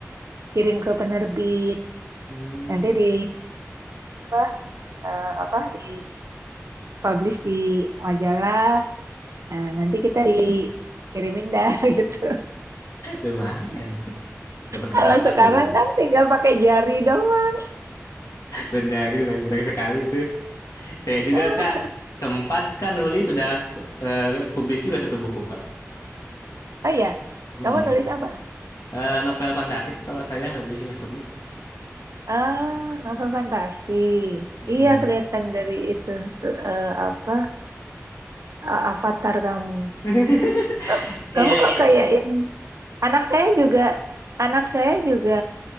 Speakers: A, on the right; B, on the left.
A: kirim ke penerbit.
B: Hmm,
A: Nanti di apa, eh, apa di publish di majalah. Nah, nanti kita dikirimin dah <laughs> gitu.
B: lumayan tuh. Dapat
A: Kalau
B: berapa
A: sekarang
B: tuh dulu?
A: kan tinggal pakai jari doang.
B: Benar, benar, benar sekali itu. Saya juga
A: Eh,
B: kak sempat kan nulis sudah eh, publis juga satu buku kak.
A: Oh ya,
B: Hmm.
A: kamu nulis apa?
B: Eh, novel fantasi sih kalau saya lebih masuknya.
A: Ah, novel fantasi.
B: Mm-mm.
A: Iya, kelihatan dari itu eh, apa a- avatar kamu.
B: <laughs>
A: Eh, Kamu
B: Iya
A: kok
B: iya.
A: kayak ini? Anak saya juga, anak saya juga